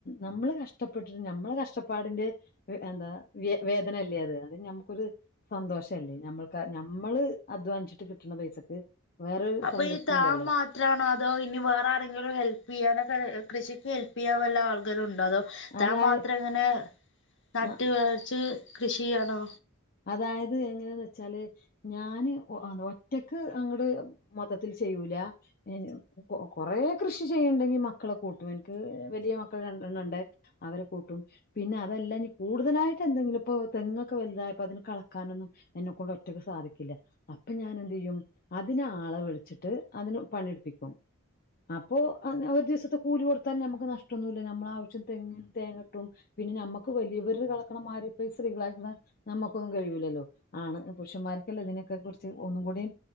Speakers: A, on the left; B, on the left.
A: നമ്മ്ള് കഷ്ടപ്പെട്ടിട്ട് ഞമ്മളെ കഷ്ടപ്പാടിന്റെ ഹ് എന്താ വ്യെ വേധന അല്ലേ അത് അത് ഞമ്മക്കൊര് സന്തോഷല്ലേ നമ്മൾക്ക് നമ്മള് അധ്വാൻച്ട്ട് കിട്ട്ണ പൈസക്ക് വേറൊര്
B: അപ്പൊ
A: സംതൃപ്തി
B: ഈ താൻ
A: ഉണ്ടല്ലോ
B: <unintelligible> അതോ ഇനി വേറെ ആരെങ്കിലും ഹെൽപ്പ് ചെയ്യാനൊക്കെ കൃഷിക്ക് ഹെൽപ്പ്യ്യാം വല്ല ആൾഗരും ഉണ്ടോ അതോ താൻ
A: അതായ
B: മാത്രം ങ്ങനെ നട്ട്
A: ആ
B: വളർച്ച് കൃഷിയ്യാണോ
A: അതായത് എങ്ങനെന്ന് വെച്ചാല് ഞാന് അ ഒറ്റക്ക് അങ്ങ്ട് മൊത്തത്തിൽ ചെയ്യൂല ഞാനു കൊ കൊറേ കൃഷി ചെയ്യ്ണ്ടെങ്കി മക്കളെ കൂട്ടും എനിക്ക് വലിയ മക്കൾ രണ്ടെണ്ണണ്ടെ അവരെ കൂട്ടും പിന്നെ അതെല്ലാ ഞ്ഞി കൂട്തലായിട്ട് എന്തെങ്കിലും ഇപ്പൊ തെങ്ങൊക്ക വൽതാ ഇപ്പ അതിന് കളക്കാനൊന്നും എന്നക്കൊണ്ട് ഒറ്റക്ക് സാധിക്കില്ല അപ്പ ഞാനെന്തെയ്യും അതിനാളവിൾച്ചിട്ട് അതിന് പണി എടുപ്പിക്കും അപ്പൊ അന്ന് ഒര് ദിവസത്തെ കൂലി കൊട്ത്താലും ഞമ്മക്ക് നഷ്ടൊന്നുല്ല നമ്മള ആവശ്യം തെങ്ങ് തേങ്ങകിട്ടും പിന്നെ ഞമ്മക്ക് വലിയവര് കളക്ക്‌ണമായ്രി പ്പൊ ഈ സ്ത്രീകളായിരിക്ക്‌ണ നമ്മുക്കൊന്നും കഴിയൂലല്ലോ ആണ് പുരുഷന്മാർക്കല്ലേ ഇതിനൊക്കെ കുറിച്ച് ഒന്നും കൂടിം